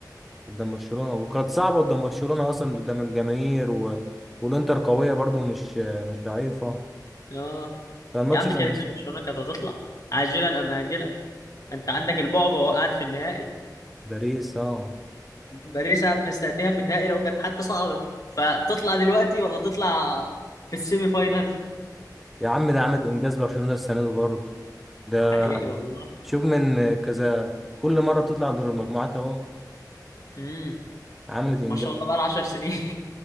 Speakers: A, in the centre; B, on the left.
A: قدام برشلونه وكانت صعبه قدام برشلونه اصلا قدام الجماهير و... والانتر قويه برضو مش مش ضعيفه
B: اه
A: فالماتش
B: يا عم
A: كان
B: كده كده برشلونه كانت هتطلع عاجلا ام اجلا انت عندك البعبع وقعد في النهائي
A: باريس اه
B: باريس انا مستنيها في النهائي لو كانت حتى صعدت فتطلع دلوقتي ولا تطلع في السيمي فاينال
A: يا عم ده عامل انجاز برشلونه السنه دي برضه ده
B: حقيقي والله
A: شوف من كذا كل مره بتطلع دور المجموعات اهو
B: امم
A: عملت انجاز
B: ما شاء الله بقى 10 سنين